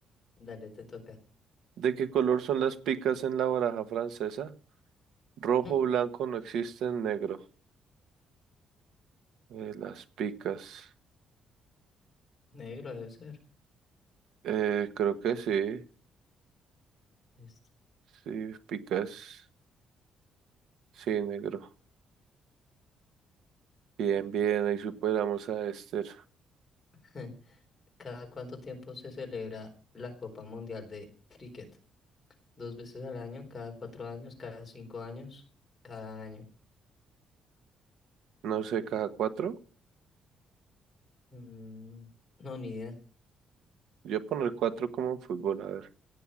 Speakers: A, on the left; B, on the right.
A: dale, te toca. <laughs>
B: ¿De qué color son las picas en la baraja francesa? Rojo,
A: Mm,
B: blanco, no existen, negro. Eh, las picas.
A: Negro debe ser.
B: Eh, creo que sí.
A: Listo.
B: Sí, picas. Sí, negro. Bien, bien, ahí superamos a Esther.
A: <laughs> ¿Cada cuánto tiempo se celebra la Copa Mundial de Cricket? Dos veces al año, cada cuatro años, cada cinco años, cada año.
B: No sé, caja cuatro
A: Mm, no, ni idea.
B: Yo voy a poner cuatro como en fútbol, a ver.